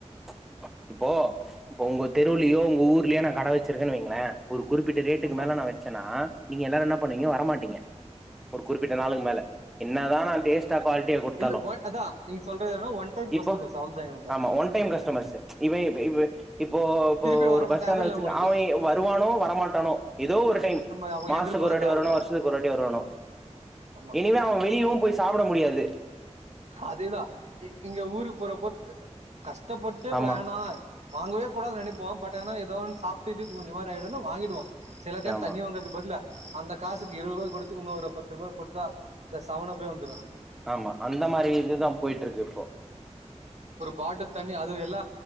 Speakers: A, in the centre; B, on the right.
A: ம்ச் இப்போ இப்ப உங்க தெருலயோ
B: ஆமா
A: உங்க ஊர்லயோ நான் கடை வச்சிருக்கேன்னு வைங் ங்களா ஒரு குறிப்பிட்ட ரேட்டுக்கு
B: ஆமா
A: மேலே நா வச்சேன்னா நீங்க எல்லாரும் என்ன பண்ணீங்க வரமாட்டீங்க ஒரு குறிப்பிட்ட
B: ஆமா
A: நாளுக்கு மேல என்னதான் நா
B: ஆமா
A: டேஸ்ட்டா குவாலிட்டியா கொடுத்தா
B: இல்ல
A: தாலு
B: அதான் நீங்க சொல்றது என்னன்னா ஒன் டைம்
A: இப்போ
B: கஸ்டமர்ஸ் அவ்வளவுதான் இவங்க
A: ஆமா ஒன் டைம் கஸ்டமர் ம்ச் இவ இவன் இவ இப்போ இப்போ
B: திருப்பி வர
A: ஒரு பஸ் ஸ்டாண்ட்ல்ல
B: தேவையில்லை
A: வச்சு
B: நம்மளுக்கு
A: அவ வருவனோ வரமாட்டானோ ஏதோ ஒரு டைம்
B: நம்ம அவங்க
A: மாசத்துக்கு
B: எதிர்பார்க்க
A: ஒரு வாட்டி
B: தேவையில்ல
A: வருவானோ இல்ல வருசத்துக்கு ஒரு வாட்டி வருவானோ
B: ஆமா
A: இனிவே அவன் வெளியவும் போய் சாப்பிட முடியாது
B: அதே தா இங்க ஊருக்கு போற அப்போ கஷ் ஸ்ட்ப்பட்டு
A: ஆமா
B: வேணா வாங்கவே கூடாதுனு நினைப்போம் பட் ஆனா ஏதோ ஒன்னு சாப்பிட்டு கொஞ்ச மாதிரி ஆயிடனும்னு வாங்கி துவா சில டைம்
A: ஆமா
B: தண்ணி வாங்கறதுக்கு பதில அந்த காசுக்கு இருபது ரூபா கொடுத்து இன்னோறு று பத்து ரூபா கொடுத்த இந்த சாவனப்பே வந்து
A: ஆமா அந்த மாதிரி இதுதான் போயிட்டு இருக்கு இப்போ
B: பாட்டல் தண்ணி அது எல்ல